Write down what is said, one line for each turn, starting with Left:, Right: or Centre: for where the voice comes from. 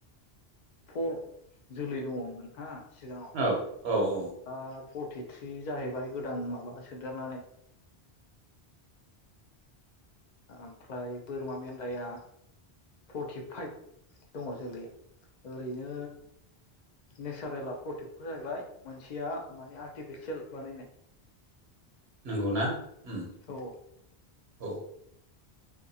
Left: फर जोलै दङमोन हा सिगाङाव।
Right: औ औ औ।
Left: आ फरटिथ्रि जाहैबाय गोदान माबा सोदेरनानै। ओमफ्राय बोरमा मेन्दाया फर्टिफाइभ दङ जोलैया। ओरैनो नेचारेला फरटिफर जाहैबाय मोनसेया माने आर्टिफिसियेल बानायनाय।
Right: नोंगौ ना उम।
Left: औ औ।
Right: औ